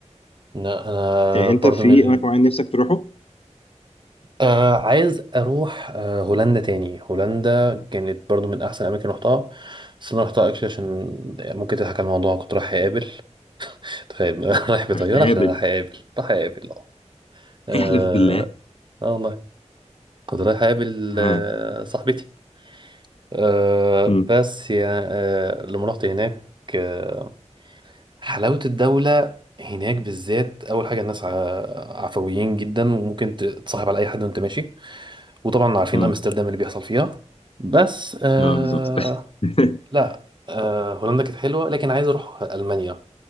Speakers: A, on the right; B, on the left.
A: لا انا
B: انت
A: برضو
B: في
A: من ال...
B: اماكن معين نفسك تروحه؟
A: آه عايز اروح آه هولندا تاني هولندا كانت برضو من احسن الاماكن رحتها بس انا رحتها اكشلي عشان ممكن تضحك على الموضوع كنت رايح اقابل تخيل <laughs> رايح بطياره
B: رحت اقابل
A: عشان رايح اقابل رايح اقابل اه اه
B: احلف بالله
A: آه والله كنت رايح اقابل
B: ها
A: آه صاحبتي آه
B: امم
A: بس يا آه لما رحت هناك آه حلاوه الدوله هناك بالذات اول حاجه الناس ع- عفويين جدا وممكن تتصاحب على اي حد وانت ماشي وطبعا عارفين
B: امم
A: امستردام اللي بيحصل فيها بس آه
B: اه بالظبط <laughs>
A: لا آه هولندا كانت حلوه لكن عايز اروح المانيا